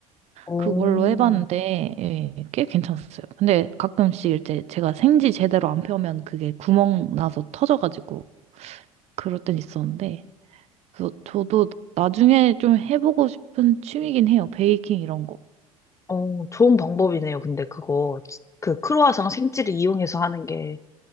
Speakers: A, on the left; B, on the right.
A: 오,
B: 그걸로 해봤는데 예, 꽤 괜찮았어요. 근데 가끔씩 이제 제가 생지 제대로 안 펴면 그게 구멍 나서 터져가지고 그럴 땐 있었는데 그래서 저도 나중에 좀 해보고 싶은 취미긴 해요. 베이킹 이런 거.
A: 오, 좋은 방법이네요. 근데 그거, 그 크로와상 생지를 이용해서 하는 게.